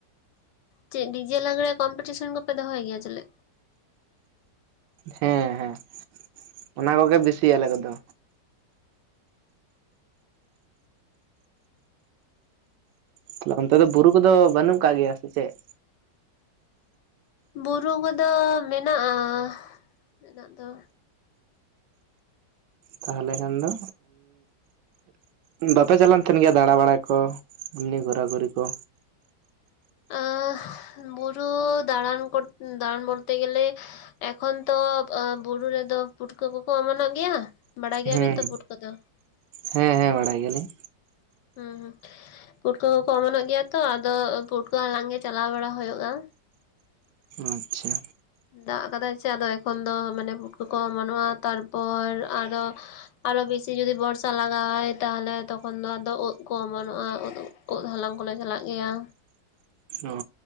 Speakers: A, on the left; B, on the right.
A: ᱪᱮᱫ ᱰᱤ ᱡᱮ ᱞᱟᱜᱽᱮ ᱠᱚᱢᱯᱤᱴᱤᱥᱚᱱ ᱠᱚᱯᱮ ᱫᱚᱦᱚᱭ ᱜᱮᱭᱟ ᱪᱮᱞᱮ,
B: ᱦᱮᱸ ᱦᱮᱸ ᱚᱱᱟ ᱠᱚᱜᱮ ᱵᱮᱥᱤ ᱟᱞᱮ ᱠᱚᱫᱚ, ᱛᱟᱦᱮᱞᱮ ᱚᱱᱛᱮ ᱫᱚ ᱵᱩᱨᱩ ᱠᱚᱫᱚ ᱵᱟᱹᱱᱩᱜ ᱟᱠᱟᱜ ᱜᱮᱭᱟ ᱥᱮ ᱪᱮᱫ,
A: ᱵᱩᱨᱩ ᱠᱚᱫᱚ ᱢᱮᱱᱟᱜᱼᱟ ᱢᱮᱱᱟᱜ ᱫᱚ,
B: ᱛᱟᱦᱚᱞᱮ ᱠᱷᱟᱱ ᱫᱚ ᱵᱟᱯᱮ ᱪᱟᱞᱟᱜ ᱛᱟᱦᱮᱱ ᱜᱮᱭᱟ ᱫᱟᱬᱟ ᱵᱟᱲᱟᱭ ᱠᱚ, ᱮᱢᱱᱤ ᱜᱷᱚᱨᱟ ᱜᱷᱩᱨᱤ ᱠᱚ,
A: ᱟᱸ ᱵᱩᱨᱩ ᱫᱟᱬᱟᱱ ᱫᱟᱬᱟᱱ ᱵᱚᱞᱛᱮ ᱜᱮᱞᱮ, ᱮᱠᱷᱚᱱ ᱛᱚ ᱵᱩᱨᱩ ᱨᱮᱫᱚ ᱯᱩᱴᱠᱟᱹ ᱠᱚᱠᱚ ᱚᱢᱚᱱᱚᱜ ᱜᱮᱭᱟ, ᱵᱟᱲᱟᱭ ᱜᱮᱭᱟᱵᱤᱱ
B: ᱦᱮᱸ
A: ᱛᱚ ᱯᱩᱴᱠᱟ. ᱫᱚ,
B: ᱦᱮᱸ ᱦᱮᱸ ᱵᱟᱲᱟᱭ ᱜᱮᱭᱟᱞᱤᱧ,
A: ᱦᱩᱸ ᱦᱩᱸ ᱯᱩᱴᱠᱟᱹ ᱠᱚᱠᱚ ᱚᱢᱚᱱᱚᱜ ᱜᱮᱭᱟ ᱛᱚ ᱟᱫᱚ ᱯᱩᱴᱟᱹ ᱠᱚ ᱦᱟᱞᱟᱝ ᱜᱮ ᱪᱟᱞᱟᱣ ᱵᱟᱲᱟ ᱦᱩᱭᱩᱜ-ᱟ,
B: ᱟᱪᱪᱷᱟ,
A: ᱫᱟᱜ ᱠᱟᱫᱟᱭ ᱪᱮ ᱟᱫᱚ ᱮᱠᱷᱚᱱ ᱫᱚ ᱢᱟᱱᱮ ᱯᱩᱴᱠᱟᱹ ᱠᱚ ᱚᱢᱚᱱᱚᱜᱼᱟ ᱛᱟᱨᱯᱚᱨ ᱟᱨᱚ, ᱟᱨᱚ ᱵᱮᱥᱤ ᱡᱩᱫᱤ ᱵᱚᱨᱥᱟ ᱞᱟᱜᱟᱣᱟᱭ ᱛᱟᱦᱚᱞᱮ ᱛᱚᱠᱷᱚᱱ ᱫᱚ ᱟᱫᱚ ᱳᱫ ᱠᱚ ᱚᱢᱟᱱᱚᱜᱼᱟ ᱳᱫ, ᱳᱫ ᱦᱟᱞᱟᱝ ᱠᱚᱞᱮ ᱪᱟᱞᱟᱜ ᱜᱮᱭᱟ,
B: ᱚ